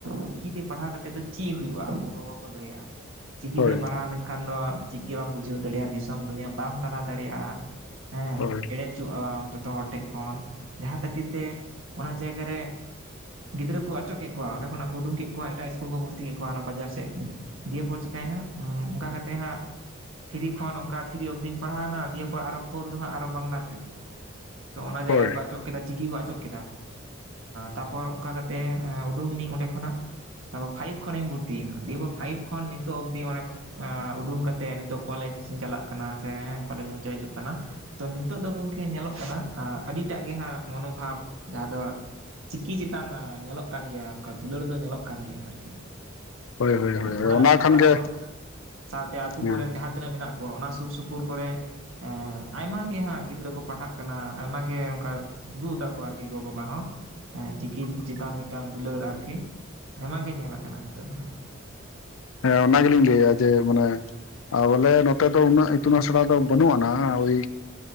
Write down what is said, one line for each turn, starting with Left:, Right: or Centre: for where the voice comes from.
Right: ᱪᱤᱠᱤᱛᱮ ᱯᱟᱲᱦᱟᱣ ᱠᱟᱛᱮᱫ ᱫᱚ ᱪᱮᱫ ᱦᱩᱭᱩᱜᱼᱟ? ᱜᱚ ᱠᱚ ᱞᱟᱹᱭᱟ ᱪᱤᱠᱤᱛᱮ
Left: ᱦᱳᱭ
Right: ᱯᱟᱲᱦᱟᱣ ᱞᱮᱱᱠᱷᱟᱱ ᱫᱚ, ᱪᱮᱫ ᱜᱮ ᱵᱟᱢ ᱵᱩᱡᱷᱟᱹᱣ ᱫᱟᱲᱮᱭᱟᱜᱼᱟ᱾ ᱫᱤᱥᱚᱢ ᱫᱩᱱᱤᱭᱟᱹ ᱵᱟᱢ ᱫᱟᱬᱟ ᱫᱟᱲᱮᱭᱟᱜᱼᱟ᱾ ᱦᱮᱸ
Left: ᱦᱳᱭ
Right: ᱮᱲᱮ ᱪᱩᱜ ᱟᱢ ᱡᱚᱛᱚ ᱦᱚᱲ ᱴᱷᱮᱡ ᱠᱷᱚᱱ ᱡᱟᱦᱟᱸ ᱠᱷᱟᱹᱛᱤᱨ ᱛᱮ ᱚᱱᱟ ᱡᱟᱭᱜᱟ ᱨᱮ ᱜᱤᱫᱽᱨᱟᱹ ᱠᱚ ᱚᱪᱚᱜ ᱠᱮᱜ ᱠᱚᱣᱟ ᱚᱸᱰᱮ ᱠᱷᱚᱱᱟᱜ ᱠᱚ ᱩᱰᱩᱝ ᱠᱮᱜ ᱠᱚᱣᱟ ᱮᱴᱟᱜ ᱥᱠᱩᱞ ᱠᱚ ᱵᱷᱚᱨᱛᱤ ᱠᱮᱜ ᱠᱚᱣᱟ ᱚᱱᱟ ᱵᱟᱡᱟᱨ ᱥᱮᱜ ᱾ ᱫᱤᱭᱮ ᱯᱚᱨ ᱪᱤᱠᱟᱹᱭᱮᱱᱟ ᱚᱱᱠᱟ ᱠᱟᱛᱮᱜ ᱦᱟᱸᱜ ᱛᱷᱨᱤ ᱠᱷᱚᱱ ᱚᱱᱠᱟ ᱛᱷᱨᱤ ᱚᱯᱷ ᱫᱩᱧ ᱯᱟᱲᱦᱟᱣᱱᱟ ᱫᱤᱭᱮᱯᱚᱨ ᱟᱨᱚ ᱯᱷᱳᱨ ᱫᱚ ᱦᱟᱸᱜ ᱟᱨᱚ ᱵᱟᱝᱞᱟ ᱛᱮ᱾ ᱛᱚ ᱚᱱᱟ ᱡᱟᱭᱜᱟ
Left: ᱦᱳᱭ
Right: ᱨᱮᱠᱚ ᱚᱪᱚᱜ ᱠᱮᱫᱟ ᱪᱤᱠᱤ ᱠᱚ ᱚᱪᱚᱜ ᱠᱮᱫᱟ- ᱛᱟᱨᱯᱚᱨ ᱚᱱᱠᱟ ᱠᱟᱛᱮᱜ ᱩᱰᱩᱠᱱᱤᱧ ᱚᱸᱰᱮ ᱠᱷᱚᱱᱟᱜ᱾ ᱛᱟᱯᱚᱨ ᱯᱷᱟᱭᱤᱵᱷ ᱠᱷᱚᱱᱤᱧ ᱵᱷᱚᱨᱛᱤᱭ ᱱᱟ ᱫᱤᱭᱯᱚᱨ ᱯᱷᱟᱭᱤᱵᱷ ᱠᱷᱚᱱ ᱱᱤᱛᱚᱜ ᱚᱵᱫᱤ ᱚᱵ᱾ <unintelligible> ᱮ ᱩᱰᱩᱝ ᱠᱟᱛᱮᱜ ᱱᱤᱛᱚᱜ ᱠᱚᱞᱮᱡ ᱤᱧ ᱪᱟᱞᱟᱜ ᱠᱟᱱᱟ ᱥᱮ ᱠᱚᱞᱮᱡ ᱢᱩᱪᱟᱹᱫ ᱦᱤᱡᱩᱜ ᱠᱟᱱᱟ᱾ ᱛᱚ ᱱᱤᱛᱚᱜ ᱫᱚ ᱜᱚᱝᱠᱮ ᱧᱮᱞᱚᱜ ᱠᱟᱱᱟ ᱟ ᱟᱹᱰᱤᱴᱟᱜ ᱜᱮ ᱦᱟᱸᱜ ᱢᱚᱱᱳᱵᱷᱟᱵ ᱡᱟᱦᱟᱸ ᱫᱚ ᱪᱤᱠᱤ ᱪᱮᱛᱟᱱ ᱧᱮᱞᱚᱜ ᱠᱟᱱ ᱜᱮᱭᱟ ᱚᱝᱠᱟ ᱫᱩᱞᱟᱹᱲ ᱫᱚ ᱧᱮᱞᱚᱜ ᱠᱟᱱ ᱜᱮᱭᱟ ᱟᱨᱠᱤ᱾
Left: ᱦᱳᱭ ᱦᱳᱭ ᱦᱳᱭ
Right: ᱚᱲᱟᱜ
Left: ᱚᱱᱟ
Right: ᱨᱮᱱ ᱦᱚᱲᱟᱜ
Left: ᱠᱷᱟᱱ ᱜᱮ
Right: ᱦᱚᱸ ᱥᱟᱶᱛᱮ ᱟᱛᱳ
Left: ᱦᱮᱸ
Right: ᱠᱚᱨᱮᱱ ᱡᱟᱦᱟᱸ- ᱛᱤᱱᱟᱹᱜ ᱢᱮᱱᱟᱜ ᱠᱚᱣᱟ ᱚᱱᱟ ᱥᱩᱨ ᱥᱩᱯᱩᱨ ᱠᱚᱨᱮ ᱦᱮᱸ ᱟᱭᱢᱟ ᱜᱮ ᱦᱟᱸᱜ ᱜᱤᱫᱽᱨᱟᱹ ᱠᱚ ᱯᱟᱲᱦᱟᱜ ᱠᱟᱱᱟ᱾ ᱟᱭᱢᱟ ᱜᱮ ᱚᱱᱠᱟ ᱡᱩᱫᱟᱠᱚ ᱟᱨᱠᱤ ᱜᱚᱼᱵᱟᱵᱟ ᱦᱚᱸ ᱪᱤᱠᱤ ᱪᱮᱛᱟᱱ ᱢᱤᱫᱴᱟᱝ ᱫᱩᱞᱟᱹᱲ ᱟᱨᱠᱤ- ᱟᱭᱢᱟ ᱜᱮ ᱧᱮᱞ ᱟᱠᱟᱱᱟ ᱱᱤᱛᱚᱜ ᱫᱚ ᱦᱟᱸᱜ᱾
Left: ᱦᱮᱸ ᱚᱱᱟ ᱜᱮᱞᱤᱧ ᱞᱟᱹᱭᱟ ᱡᱮ ᱢᱟᱱᱮ ᱟᱨ ᱵᱚᱞᱮ ᱱᱚᱛᱮ ᱫᱚ ᱩᱱᱟᱹᱜ ᱤᱛᱩᱱ ᱟᱥᱲᱟ ᱫᱚ ᱵᱟᱹᱱᱩᱜ ᱟᱱᱟ ᱳᱭ